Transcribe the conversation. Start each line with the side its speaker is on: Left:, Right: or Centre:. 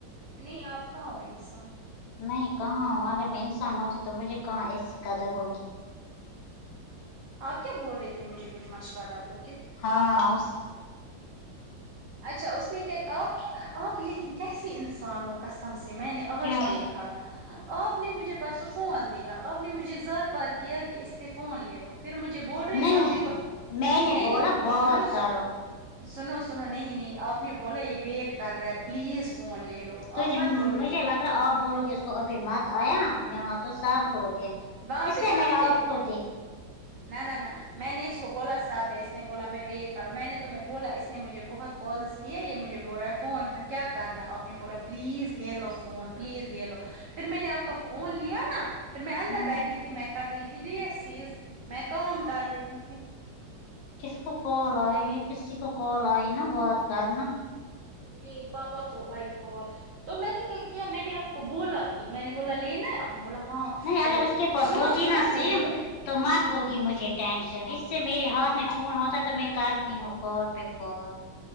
Right: نہیں آپ کہاں ہو انسان
Left: نہیں کہاں اگر میں انسان ہوتی تو مجھے کہاں ایسی قدر ہوگی
Right: آپ کیا بول رہے تھے مجھے کچھ مشورہ تو
Left: ہاں اور
Right: اچھا اس نے کیا آپ کیا آپ لیکن کیسی انسان ہو قسم سے میں نے آج
Left: کیا
Right: دیکھا آپ نے مجھے پرسوں فون دیا آپ آپ نے مجھے زار پار کیا کہ اس سے فون لے لو پھر مجھے بول رہے
Left: نہیں
Right: کیا اپنے کو
Left: میں
Right: نہیں
Left: نے بولا
Right: نہیں
Left: بات
Right: سنو
Left: کرو
Right: س سنو سنو نہیں نہیں آپ نے بولا یہ ویٹ کر رہا ہے پلیز فون لے لو
Left: تھ
Right: آپ مت بولو
Left: مجھے لگ رہا آپ بولو گے اس کو ابھی مت آیا یہاں تو سب
Right: ہاں
Left: لوگ ہیں
Right: وہاں
Left: اس
Right: پہ
Left: لیے
Right: سب
Left: میں نے
Right: تھے
Left: آپ کو دی
Right: نہ نہ نہ میں نے اس کو بولا صاحب اس نے بولا میں ویٹ کر میں نے تمہیں بولا اس نے مجھے بہت کال کہ یہ مجھے بول رہا ہے فون کا کیا کرنا ہے آپ نے بولا پلیز لے لو فون پلیز لے لو پھر میں نے آپ کا فون لیا نا پھر میں اندر
Left: ہوں
Right: بیٹھی تھی میں کر رہی تھی ڈی ایس سیز میں کام کر رہی تھی
Left: کس کو کال آئی کسی کو کال آئی نا بات کرنا
Right: جی پاپا کو آئی کال تو میں نے کیا کیا میں نے آپ کو بولا میں نے بولا لینا ہے آپ نے بولا ہاں
Left: نہیں اگر
Right: پھر
Left: اس کے پاس
Right: سنو
Left: ہوتی
Right: سنو
Left: نا
Right: میری
Left: سم تو مت ہوگی مجھے ٹینشن اس سے میرے ہاتھ میں فون ہوتا ہے تو میں کرتی ہوں کال پہ کال